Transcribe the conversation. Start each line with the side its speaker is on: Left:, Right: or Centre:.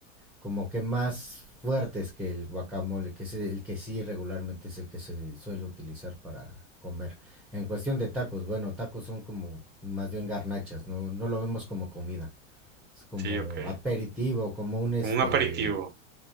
Centre: como que más fuertes que el guacamole, que es el que sí regularmente es el que se suele utilizar para comer. En cuestión de tacos, bueno, tacos son como más bien garnachas, no, no lo vemos como comida, es como
Right: Sí, ok.
Centre: aperitivo, como un este
Right: Como un aperitivo.